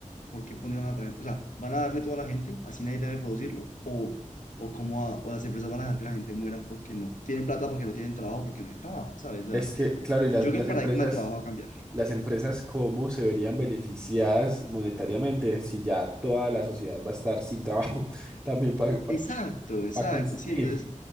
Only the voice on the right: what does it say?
Es
que, claro, y las,
las
empresas...
las empresas cómo se verían beneficiadas monetariamente si ya toda la sociedad va a estar sin trabajo <laughs> también para
consumir,